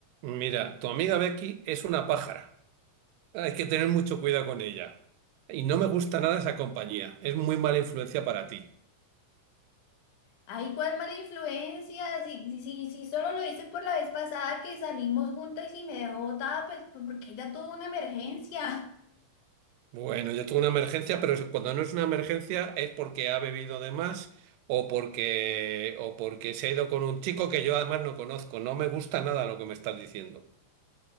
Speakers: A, on the right (about 85°); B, on the left (about 75°).
A: Mira, tu amiga Becky es una pájara. Hay que tener mucho cuidado con ella. Y no me gusta nada esa compañía. Es muy mala influencia para ti.
B: Ay, cuál mala influencia. Si, si, si solo lo hice por la vez pasada que salimos juntas y me dejó botada, pues pues, porque ella tuvo una emergencia.
A: Bueno, yo tengo una emergencia, pero eso- cuando no es una emergencia es porque ha bebido de más o porque, o porque se ha ido con un chico que yo además no conozco. No me gusta nada lo que me estás diciendo.